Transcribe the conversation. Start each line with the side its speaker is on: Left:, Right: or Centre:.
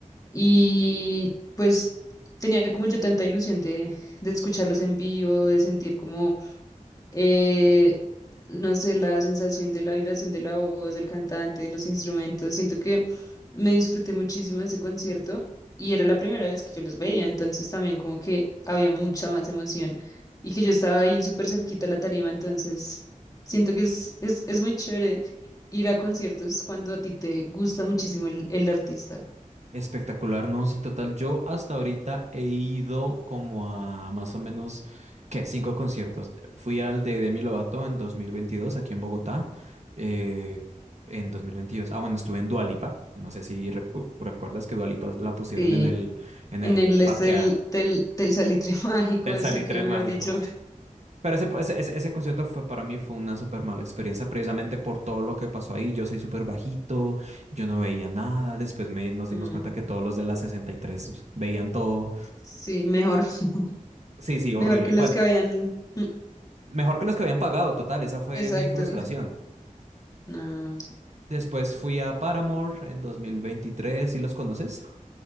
Left: Y pues tenía como yo tanta ilusión de, de escucharlos en vivo, de sentir como eh, no sé, la sensación de la vibración de la voz, del cantante, de los instrumentos. Siento que me disfruté muchísimo de ese concierto y era la primera vez que yo los veía, entonces también como que había mucha más emoción y que yo estaba ahí súper cerquita a la tarima, entonces siento que es, es, es muy chévere ir a conciertos cuando a ti te gusta muchísimo el, el artista.
Right: Espectacular, no, sí, total. Yo hasta ahorita he ido como a más o menos, ¿qué? Cinco conciertos. Fui al de Demi Lovato en 2022 aquí en Bogotá. eh, en 2022 Ah, bueno, estuve en Dua Lipa. No sé si recu- recuerdas que Dua Lipa la pusieron
Left: Sí.
Right: en el, en
Left: En
Right: el
Left: el es
Right: Parque
Left: del,
Right: A-
Left: del, del salitre <laughs> mágico,
Right: del
Left: así
Right: Salitre
Left: que mejor
Right: Mágico.
Left: dicho,
Right: Pero ese, ese, ese- ese concierto fue para mí fue una súper mala experiencia, precisamente por todo lo que pasó ahí. Yo soy súper bajito, yo no veía nada. Después me,
Left: <laughs>
Right: nos dimos
Left: mm,
Right: cuenta que todos los de la 63 veían todo.
Left: sí, mejor. <laughs>
Right: Sí, sí, horrible.
Left: Mejor que
Right: Bueno,
Left: los que habían. Mm,
Right: mejor que los que habían pagado, total, esa fue
Left: Exacto.
Right: mi frustración.
Left: No.
Right: Después fui a Paramore en 2023. ¿sí los conoces?